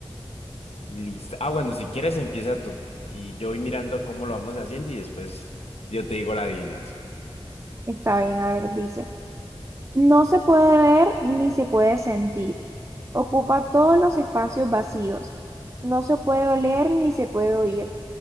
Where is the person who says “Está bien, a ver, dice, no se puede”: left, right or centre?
Right